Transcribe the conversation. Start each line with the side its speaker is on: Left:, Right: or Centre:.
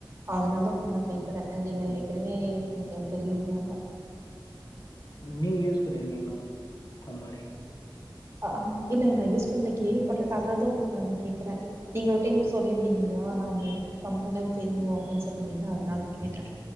Right: அதனால தா உன்ன கேக்குற ஏனா நீங்க ஏற்கனவே உனக்கு அது தெரியும்ல அதா
Left: னுமே யூஸ் பண்ணிருக்கீங்களா அந்த மாரி
Right: ஆஹ இல்லங்க நா யூஸ் பண்ல கேள்விப்பட்ருக்க அதனால தா உங்களுக்கு நானு கேக்குற நீங்க ஒரு டைம் சொல்லியிருந்தீங்க இல்லையா நா இந்த கம்பெனி தெரியு அப்டின்னு சொல்லியிருந்தீங்களா அதனால கேட்ட